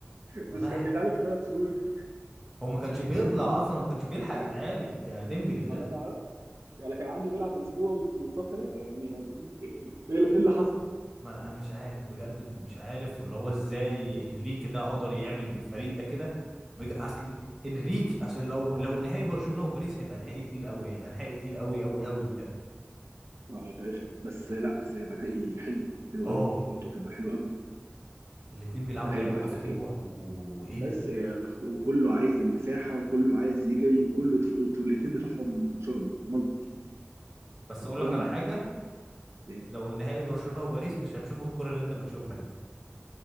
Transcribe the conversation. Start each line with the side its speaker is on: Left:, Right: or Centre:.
Right: مش
Centre: واضح
Right: كان بيتعالج في ثلاث شهور
Centre: هو ما كانش بيطلع اصلا وما كانش بيلحق يتعالج آه، ديمبلي ده
Right: ما انا ما أعرف. يعني كان عندي بيلعب اسبوع ويت- واتصاب ثلاثه يعني يعني ايه إيه اللي حصل؟
Centre: ما انا مش عارف بجد مش عارف واللي هو ازاي انريكي ده قدر يعمل بالفريق ده كده بج... اصل انريكي اصل لو لو النهائي برشلونه وباريس هيبقى نهائي تقيل قوي هيبقى نهائي تقيل قوي قوي قوي بجد
Right: اه هيبقى رخم بس لا بس هيبقى نهائي حلو حلو
Centre: اه
Right: قوي كورته هتبقى حلو قوي
Centre: الاتنين بيلعبوا
Right: ده
Centre: لعب
Right: هيبقى
Centre: مفتوح
Right: إيه،
Centre: و... وايه
Right: بس إيه، وكله عايز المساحه وكله عايز يجري وكله والاثنين دفاعهم شوربه ملط
Centre: بس اقول لك
Right: يلا
Centre: على حاجه
Right: إيه،
Centre: لو النهائي برشلونه وباريس مش هتشوف الكره اللي انت بتشوفها دي